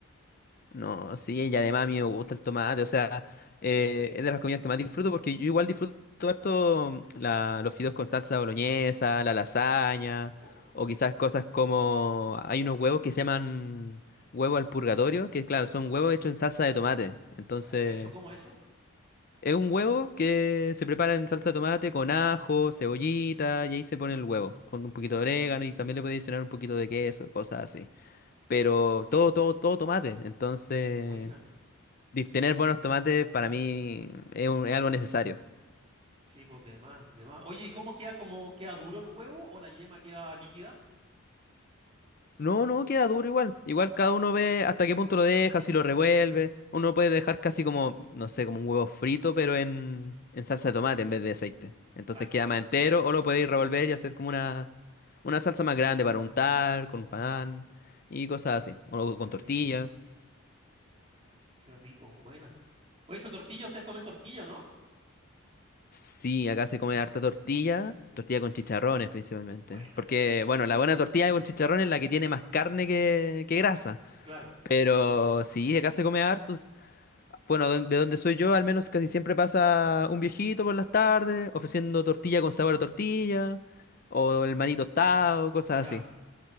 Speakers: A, on the left; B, on the right.
A: No, sí, y además a mí me gusta el tomate, o sea, eh, es de las comidas que más disfruto porque yo igual disfruto harto mm, la- los fideos con salsa boloñesa, la lasaña,
B: Oh, qué rico.
A: o quizás cosas como, hay unos huevos que se llaman huevo al purgatorio, que claro, son huevos hechos en salsa de tomate, entonces
B: A ver, ¿eso cómo eso?
A: es un huevo que se prepara en salsa de tomate con ajo, cebollita, y ahí se pone el huevo, con un poquito de orégano y también le puede adicionar un poquito de queso, cosas así, pero todo, todo, todo tomate, entonces
B: Qué buena.
A: dif- Tener buenos tomates para mí es, un- es algo necesario.
B: Sí, pues de más, de más. Oye, ¿y cómo queda, como queda duro el huevo o la yema queda líquida?
A: No, no, queda duro igual. Igual cada uno ve hasta qué punto lo deja, si lo revuelve. Uno puede dejar casi como, no sé, como un huevo frito, pero en, en salsa de tomate en vez de aceite. Entonces
B: Vale.
A: queda más entero o lo podéis revolver y hacer como una, una salsa más grande para untar, con pan y cosas así. O
B: Qué
A: con tortilla.
B: rico, qué rico, buena. Oye, eso tortilla, ustedes comen tortilla, ¿o ¿no?
A: Sí, acá se come harta tortilla, tortilla con chicharrones principalmente.
B: Buena,
A: Porque, bueno, la buena tortilla con chicharrones es la que tiene más carne que, que grasa.
B: claro,
A: Pero sí, acá se come harto. Bueno, don- de donde soy yo, al menos casi siempre pasa un viejito por las tardes ofreciendo tortilla con sabor a tortilla, o el maní tostado, cosas
B: ya,
A: así.